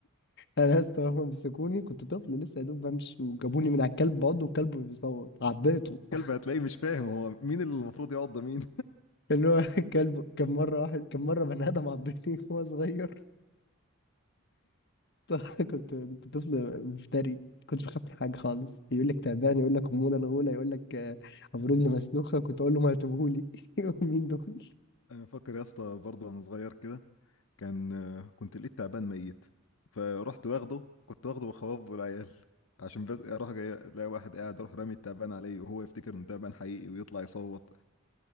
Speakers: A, on the left; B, on the left.
A: انا لسه هما مسكوني كنت طفل لسه يا دوب بمشي وجابوني من على الكلب بعضه والكلب بيصوت عضيته <laughs>
B: كلب هتلاقيه مش فاهم هو مين اللي المفروض يقعد ده مين
A: اللي هو الكلب كان مره واحد كان مره بني ادم عضني <laughs> وهو صغير <laughs> كنت كنت طفل مفتري كنت بخاف من حاجه خالص يقول لك تعبان يقول لك اموره الغوله يقول لك آه، ابو رجل مسلوخه كنت اقول له ما هاتوهولي <laughs> مين دول
B: <laughs> انا فاكر يا اسطى برضه وانا صغير كده كان كنت لقيت تعبان ميت فرحت واخده كنت واخده بخواف والعيال عشان بس اروح جاي الاقي واحد قاعد اروح رامي التعبان عليه وهو يفتكر انه تعبان حقيقي ويطلع يصوت